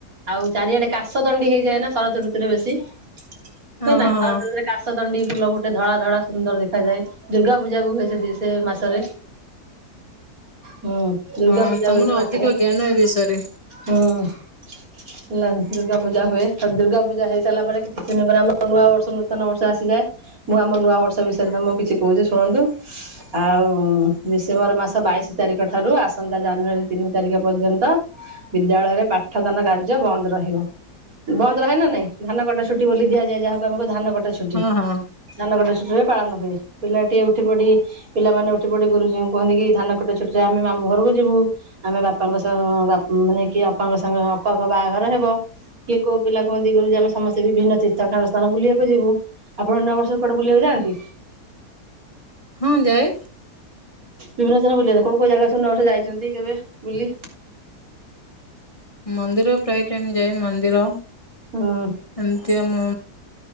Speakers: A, on the right; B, on the left.
A: ଆଉ ଚାରିଆଡେ କାଶ ଦଣ୍ଡି ହେଇଯାଏ ନା ଶରତ ଋତୁରେ ବେଶୀ ହୁଏ
B: ହଁ
A: ନା ଶରତ
B: ହଁ।
A: ଋତୁରେ କାଶ କାସତଣ୍ଡି ଫୁଲ ଗୁଟେ ଧଳା ଧଳା ସୁନ୍ଦର ଦେଖାଯଏ ଦୁର୍ଗା ପୂଜା କୁ ହୁଏ ସେବି ସେ ମାସ ହୁଁ ଦୁର୍ଗା
B: ହଁ
A: ପୂଜା
B: ତମର
A: ହୁଏ ସେ ମାସରେ।
B: ଅଧିକ ଜ୍ଞାନ ଏ ବିଷୟରେ
A: ହୁଁ। ନା ଦୁର୍ଗା ପୂଜା ହୁଏ ଆ ଦୁର୍ଗାୂପୁଜା ହେଇସାରିଲା ପରେ କିଛି ଦିନ ପରେ ଆମର ନୂଆ ବର୍ଷ ନୂତନ ବର୍ଷ ଆସିଯାଏ। ମୁଁ ଆମ ନୂଆ ବର୍ଷ ବିଷୟରେ ତମକୁ କିଛି କୋହୁଚି ଶୁଣନ୍ତୁ। ଆଉ ଡିସେମ୍ବର ମାସ ବାଇଶି ତାରିଖ ଠାରୁ ଆସନ୍ତା ଜାନୁଆରୀ ତିନି ତାରିଖ ପର୍ଯ୍ୟନ୍ତ ବିଦ୍ୟାଳୟରେ ପାଠଦାନ କାର୍ଯ୍ୟ ବନ୍ଦ ରହିବ ବନ୍ଦ ରହେ ନା ନାଇଁ? ଧାନ କଟା ଛୁଟି ବୋଲି ଦିଆଯାଏ ଯାହାକୁ ଆମ କହୂ ଧାନ କଟା ଛୁଟି
B: ହଁ ହଁ
A: ଧାନ କଟା ଛୁଟିରେ ପାଳନ ହୁଏ ପିଲା ଟିଏ ଉଠି ପଡି ପିଲାମାନେେ ଉଠି ପଡି ଗୁରୁଜୀଙ୍କୁ କୁହନ୍ତି କି ଧାନ କଟା ଛୁଟି ରେ ଆମେ ମାମୁଁ ଘରକୁ ଯିବୁ। ଆମେ ବାପାଙ୍କ ସହ ବା ଉଁ ମାନେ କି ଅପାଙ୍କ ସାଙ୍ଗ ଅପାଙ୍କ ବାହାଘର ହବ। କିଏ କୋଉ ପିଲା କହନ୍ତି ଗୁରୁଜୀ ଆମେ ସମସ୍ତେ ବି ଭିନ୍ନ ତୀର୍ଥ ସ୍ଥାନ ବୁଲିବାକୁ ଯିବୁ। ଆପଣ ନୂଆ ବର୍ଷରେ କୁଆଡେ ବୁଲିବାକୁ ଯଆନ୍ତି?
B: ହଁ ଯାଏ।
A: ବିଭିନ୍ନ <unintelligible> କୋଉ କୋଉ ଜାଗା ସବୁ <unintelligible> ଯାଇଚନ୍ତି କେବେ ବୁଲି?
B: ମନ୍ଦିର ପ୍ରାୟେ ଟାଇମ ଯାଏ ମନ୍ଦିର।
A: <unintelligible>
B: ଏମିତି ଆମ